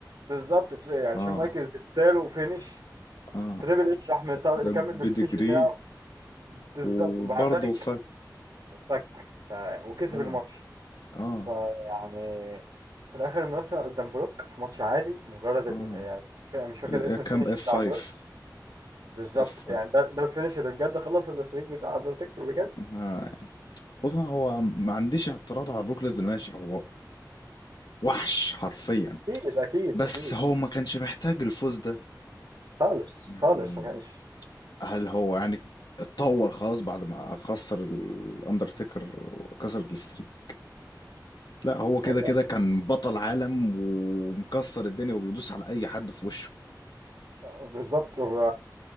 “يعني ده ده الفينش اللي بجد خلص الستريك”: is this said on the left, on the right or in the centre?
Right